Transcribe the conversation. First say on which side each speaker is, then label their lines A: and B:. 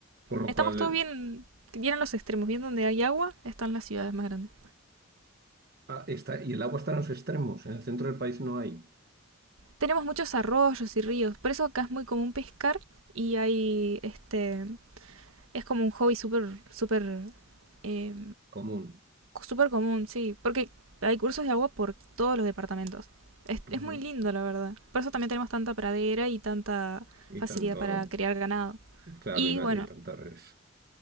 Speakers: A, on the right (about 45°); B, on the right (about 70°).
A: Con lo
B: Estamos
A: cual,
B: todos
A: el-
B: bien, bien en los extremos, bien donde hay agua, están las ciudades más grandes.
A: ah, está, y el agua está en los extremos, en el centro del país no hay
B: Tenemos muchos arroyos y ríos, por eso acá es muy común pescar y hay este Es como un hobby súper, súper, eh,
A: común.
B: súper común, sí. Porque hay cursos de agua por todos los departamentos. Es,
A: Ajá.
B: es muy lindo, la verdad. Por eso también tenemos tanta pradera y tanta
A: Y
B: facilidad
A: tanto,
B: para criar ganado.
A: claro,
B: Y
A: y, ta-
B: bueno,
A: y tantas redes.